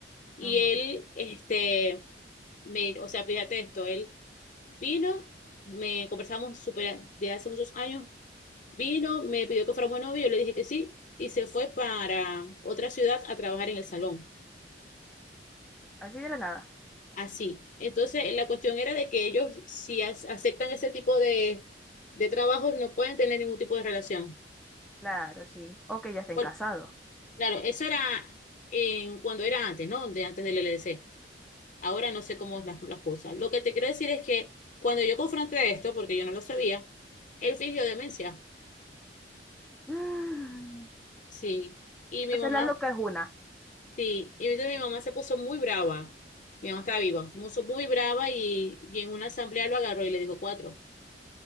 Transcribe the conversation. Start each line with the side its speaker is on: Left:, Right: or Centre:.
Left: Y
Centre: Ujú.
Left: él, este, me, o sea, fíjate esto, él vino, me conversamos súper de hace muchos años Vino, me pidió que fuéramos novios, yo le dije que sí, y se fue para otra ciudad a trabajar en el salón.
Centre: Así de la nada.
Left: Así. Entonces, la cuestión era de que ellos, si as- aceptan ese tipo de, de trabajo, no pueden tener ningún tipo de relación.
Centre: Claro, sí. O que ya estén
Left: Por-
Centre: casados. <gasps>
Left: claro, eso era en, cuando era antes, ¿no? De antes del LDC. Ahora no sé cómo es las, las cosas. Lo que te quiero decir es que cuando yo confronté esto, porque yo no lo sabía, él fingió demencia.
Centre: Mm.
Left: Sí. Y mi
Centre: Entonces
Left: mamá
Centre: la loca es una.
Left: Sí, y entonces mi mamá se puso muy brava. Mi mamá estaba viva, se puso muy brava y, y en una asamblea lo agarró y le dijo cuatro.